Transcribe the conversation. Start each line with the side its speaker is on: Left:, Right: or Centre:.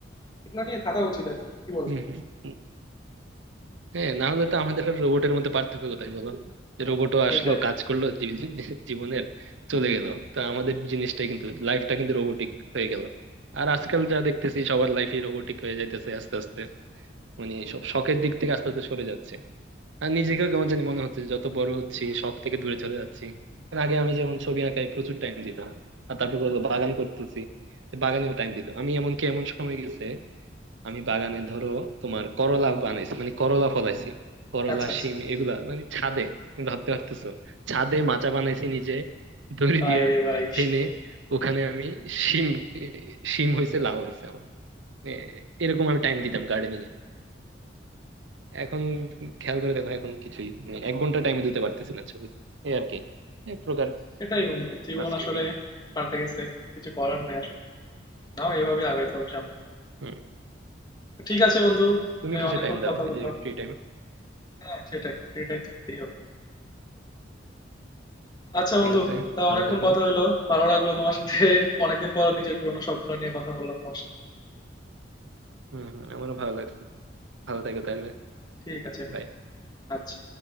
Left: এগুলো নিয়ে থাকা উচিত আর কি কি বল
Right: হম হম হম। হ্যাঁ না হলে তো আমাদের রোবটের মধ্যে পার্থক্য কোথায় বলো যে রোবটও
Left: সেটাই
Right: আসলো কাজ করলো জী- জী- জীবনের চলে গেল তো আমাদের জিনিসটাই কিন্তু লাইফটা কিন্তু রোবোটিক হয়ে গেল আর আজকাল যা দেখতেছি সবার লাইফই রোবোটিক হয়ে যাইতেছে আস্তে আস্তে মানে সব শখের দিক থেকে আস্তে আস্তে সরে যাচ্ছে আর নিজেকেও কেমন জানি মনে হচ্ছে যে যত বড় হচ্ছি শখ থেকে দূরে চলে যাচ্ছি কারণ আগে আমি যেমন ছবি আঁকায় প্রচুর টাইম দিতাম আর তারপর বললো বাগান করতেছি তো বাগানেও টাইম দিতাম আমি এমনকি এমন সময় গেছে আমি বাগানে ধরো তোমার করলা বানাইছি মানে করলা ফলাইছি করলা
Left: আচ্ছা আচ্ছা
Right: শিম এগুলা মানে ছাদে তুমি ভাবতে পারতেছো ছাদে মাচা বানাইছি নিজে দড়ি
Left: ভাই
Right: দিয়া
Left: রে ভাই
Right: টেনে ওখানে আমি শিম শিম হয়েছে লাউ হয়েছে আমার মানে এরকম আমি টাইম দিতাম গার্ডেনিং এ এখন খেয়াল করে দেখো এখন কিছুই মানে এক ঘন্টা টাইমে দিতে পারতেছি না ছবি এই আর কি এক প্রকার
Left: সেটাই বন্ধু জীবন
Right: ফ্রাস্ট্রেটিং
Left: আসলে পাল্টে গেছে কিছু করার নাই আসলে নাও এভাবে আগাইতে হবে সামনে
Right: হুম
Left: ঠিক আছে বন্ধু আসলে
Right: তুমি কিসে
Left: অনেকক্ষণ
Right: টাইম দাও
Left: কথা
Right: এই
Left: বললাম
Right: যে ফ্রি টাইম
Left: হ্যাঁ সেটাই ফ্রি টাইম তো দিতেই হবে আচ্ছা
Right: ঠিক
Left: বন্ধু
Right: আছে
Left: তা
Right: ভালো
Left: অনেকক্ষণ
Right: থেকো
Left: কথা হইলো ভালো লাগলো তোমার সাথে অনেকদিন পর নিজের পুরোনো শখ গুলো নিয়ে কথা বললাম তোমার সাথে
Right: হুম হুম, আমারও ভালো লাগছে ভালো থেকো তাহলে
Left: ঠিক আছে বন্ধু,
Right: Bye.
Left: আচ্ছা